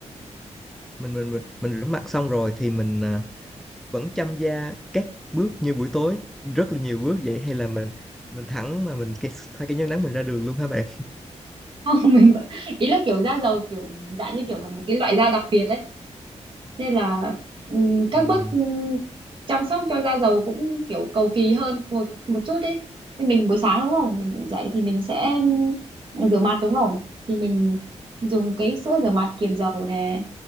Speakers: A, in the centre; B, on the right.
A: mình mình mình mình rửa mặt xong rồi thì mình, à, vẫn chăm da các bước như buổi tối, rất là nhiều bước vậy hay là mình mình thẳng mà mình cái thay cái chống nắng mình ra đường luôn hả bạn?
B: không <laughs> mình vẫn, ý là kiểu da dầu kiểu dạng như kiểu là một cái loại da đặc biệt ấy nên là ừm, các
A: Ừm,
B: bước ừm, chăm sóc cho da dầu cũng kiểu cầu kỳ hơn một một chút ấy nên mình buổi sáng đúng không mình ngủ dậy thì mình sẽ ừm, rửa mặt đúng không thì mình dùng cái sữa rửa mặt kiềm dầu nè